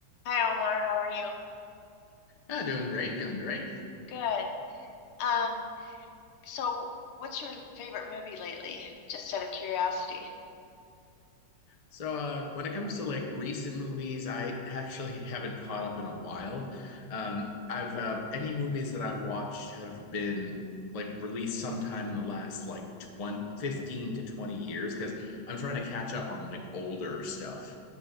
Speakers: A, on the left; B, on the left.
A: Hi Omar, how are you?
B: Ah, doing great, doing great.
A: Good. Um, so what's your favorite movie lately? Just out of curiosity.
B: So, uh, when it comes to like recent movies, I actually <laughs> haven't caught up in a while. Um, I've uh, any movies that I've watched have been like released sometime in the last like twenty, 15 to 20 years because I'm trying to catch up on like older stuff.